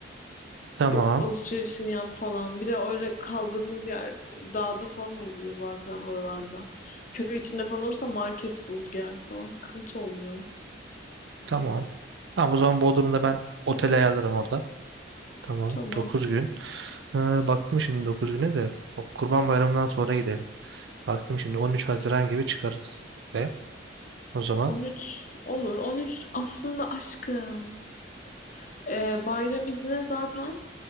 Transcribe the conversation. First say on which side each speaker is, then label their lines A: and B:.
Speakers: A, on the right; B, on the left.
A: Tamam.
B: Yok alışverişini yap falan. Bir de öyle kaldığımız yer dağda falan oluyor bazen oralarda. Köy içinde falan olursa market bul gel falan sıkıntı oluyor.
A: Tamam. Tamam o zaman Bodrum'da ben otel ayarlarım orada. Tamam
B: Tamam.
A: Dokuz gün. Ee, baktım şimdi 9 güne de o Kurban Bayramı'ndan sonra gidelim. Baktım şimdi 13 Haziran gibi çıkarız. Ve o zaman
B: 13 olur. 13 aslında aşkım. Ee, bayram izni zaten